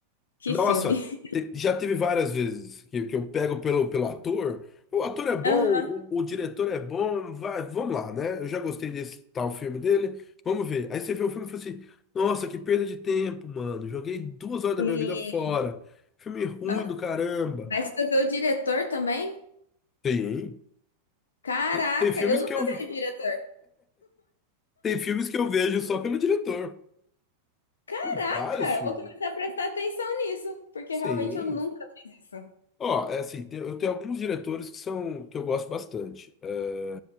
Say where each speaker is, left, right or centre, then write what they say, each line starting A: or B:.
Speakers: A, on the left (about 85°); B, on the left (about 30°).
A: que
B: Nossa,
A: filme. <laughs>
B: te- já teve várias vezes que, que eu pego pelo, pelo ator. O ator é bom,
A: Aham.
B: o, o diretor é bom, vai, vamos lá, né? Eu já gostei desse tal filme dele, vamos ver. Aí você vê o filme e fala assim: Nossa, que perda de tempo, mano. Joguei duas horas da
A: E...
B: minha vida fora. Filme ruim
A: no-
B: do caramba.
A: Mas tu vê o diretor também?
B: Tem,
A: Caraca,
B: tem tem filmes
A: eu nunca
B: que eu, ve-
A: vi o diretor.
B: tem filmes que eu vejo só pelo diretor.
A: Caraca,
B: Tem vários filmes.
A: eu vou começar a prestar atenção nisso, porque
B: Sim.
A: realmente eu nunca fiz isso.
B: Ó, é assim, tem- eu tenho alguns diretores que são que eu gosto bastante. É,